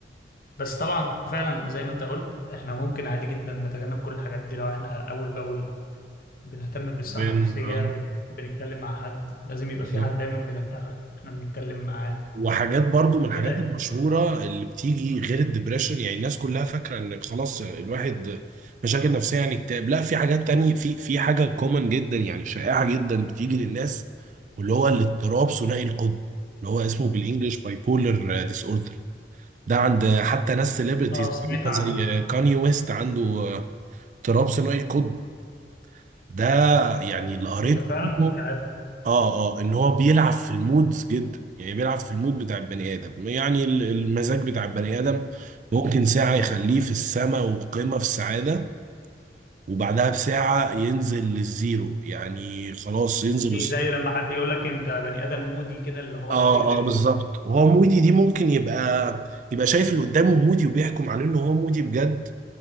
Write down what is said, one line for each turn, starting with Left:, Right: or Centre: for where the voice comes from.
Left: بس طبعا فعلا زي ما انت قلت احنا ممكن عادي جدا نتجنب كل الحاجات دي لو احنا اول باول بنهتم بالصحة
Right: بن
Left: النفسية
Right: اه
Left: بن... بنتكلم مع حد لازم يبقى
Right: بالظبط
Left: في حد دايما بنرتاح واحنا بنتكلم معاه
Right: وحاجات برضو من الحاجات
Left: كده يعني.
Right: المشهورة اللي بتيجي غير الدبريشن يعني الناس كلها فاكرة ان خلاص الواحد مشاكل نفسية يعني اكتئاب لا في حاجات تانية في في حاجة كومن جدا يعني شائعة جدا بتيجي للناس واللي هو الاضطراب ثنائي القطب اللي هو اسمه بالانجلش باي بولر ديس اوردر ده عند حتى ناس سيلبرتيز
Left: اه سمعت عن
Right: زي كاني ويست عنده اضطراب ثنائي القطب ده يعني اللي قريته
Left: ايه ده فعلا
Right: عنه
Left: مش عارف
Right: اه اه ان هو بيلعب في المودز جدا يعني بيلعب في المود بتاع البني ادم يعني ال- المزاج بتاع البني ادم ممكن ساعة يخليه في السماء وقمة في السعادة وبعدها بساعة ينزل للزيرو يعني خلاص ينزل
Left: دي
Right: الص-
Left: زي لما حد يقول لك انت بني ادم مودي كده اللي هو
Right: اه
Left: بتقلب
Right: اه بالظبط
Left: و...
Right: وهو مودي دي ممكن يبقى يبقى شايف اللي قدامه مودي وبيحكم عليه ان هو مودي بجد